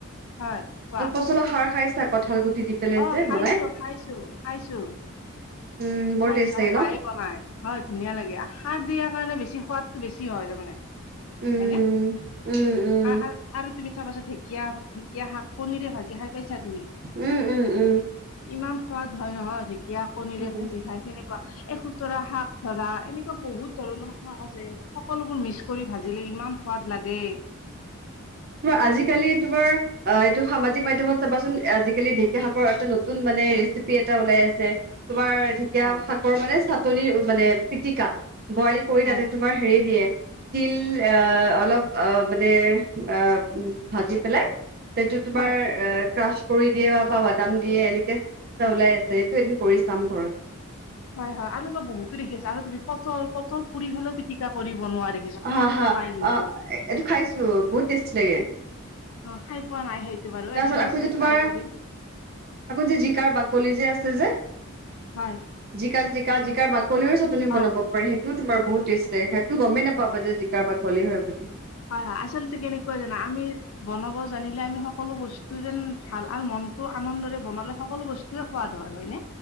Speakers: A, on the left; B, on the right.
A: হয়। কোৱা
B: মছলা সাৰ খাইছা, কঠাল গুটি দি। পেলাই
A: অ,
B: যে
A: খাইছো,
B: বনাই
A: খাইছো, খাইছো।
B: উম বৰ
A: খাইছো
B: টেষ্ট
A: আমাৰ
B: লাগে
A: মায়ে
B: ন
A: বনাই, হয় ধুনীয়া লাগে সাৰ দিয়াৰ কাৰণে বেছি সোৱাদটো বেছি হয়, তাৰ মানে।
B: উম,
A: হয়নে?
B: উম, উম,
A: আৰু তুমি চাবাচোন ঢেঁকীয়া, ঢেকীয়া শাক কণীৰে ভাজি খাই পাইছা তুমি?
B: উম, উম, উম।
A: ইমান সোৱাদ হয় নহয়, ঢেকীয়া কণীৰে
B: উম।
A: ভাজি খায় তেনেকুৱা এ সোতৰা শাক ধৰা, এনেকুৱা বহুত ধৰণৰ শাক আছে সকলোবোৰ মিক্স কৰি ভাজিলে ইমান সোৱাদ লাগে।
B: তোমাৰ, আজিকালি তোমাৰ। অ, এইটো সামাজিক মাধ্যমত চাবাচোন, আজিকালি ঢেকীয়া শাকৰ এটা নতুন মানে ৰেচিপি এটা ওলাই আছে। তোমাৰ ধেকিয়া
A: হয়
B: শাকৰ মানে চাটনি, মানে পিতিকা বইল কৰি
A: হয়
B: তাতে তোমাৰ হেৰি দিয়ে, তিল অলপ অ, মানে অ, ভাজি পেলাই সেইটো তোমাৰ,
A: হয়
B: ক্ৰা কৰি দিয়ে, বা, বা বাদাম দিয়ে, এনেকে এটা ওলাই আছে এইটো এদিন কৰি চাম ঘৰত।
A: হয়, হয়, আৰু এই বহুতো দেখিছো আৰু তুমি পটল, পটল পুৰি পেলেও পিটিকা কৰি বনোৱা দেখিছো। খাই
B: হা,
A: পোৱা
B: হা,
A: নাই কিন্তু
B: অ, এইটো খাইছো, বহুত টেষ্টি লাগে।
A: অ, খাই পোৱা নাই সেইটো বাৰু,
B: তাৰপিছত
A: এদিন নিশ্চয়
B: আকৌ যে তোমাৰ
A: ট্ৰাই কৰিম।
B: আকৌ যে জিকাৰ বাকলি যে, আছে যে
A: হয়।
B: জিকা, জিকা, জিকাৰ বাকলিৰও চাটনি
A: হয়
B: বনাব পাৰে সেইটোও তোমাৰ বহুত টেষ্ট দ, দে সেইটো গমেই নাপাব যে জ কাৰ, বাকলি হয় বুলি।
A: হয়, হয়, আচলতেো কেনেকুৱা জানা, আমি বনাব জানিলে, আমি সকলো বস্তু যেন ভাল, আৰু মনতটো আনন্দৰে বনালে সকলো বস্তু ও, সোৱাদ হয় নে।